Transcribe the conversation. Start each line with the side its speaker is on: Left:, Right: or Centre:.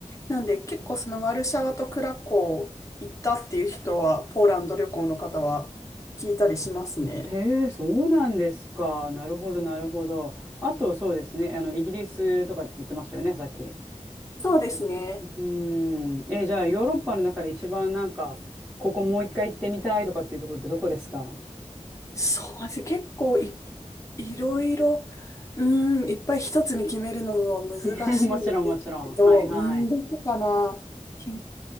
Left: なんで結構そのワルシャワとクラコー行ったっていう人は、ポーランド旅行の方は聞いたりしますね。
Centre: へえ、そうなんですか。なるほど、なるほど。あと、そうですね。あの、イギリスとかって言ってましたよね、さっき。う
Left: そうですね。
Centre: ーん。え、じゃあ、ヨーロッパの中で一番なんか、ここもう一回行ってみたいとかっていうところってどこですか <laughs>
Left: そうですね。結構い、いろいろ、うーん、いっぱい一つに決めるのは難しいんですけど、
Centre: もちろん、もちろん。はいはい。
Left: うーん、どこかな。き